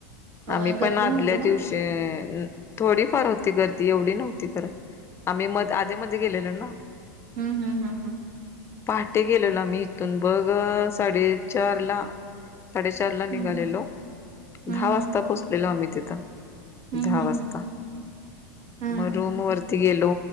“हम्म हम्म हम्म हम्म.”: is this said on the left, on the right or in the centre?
Right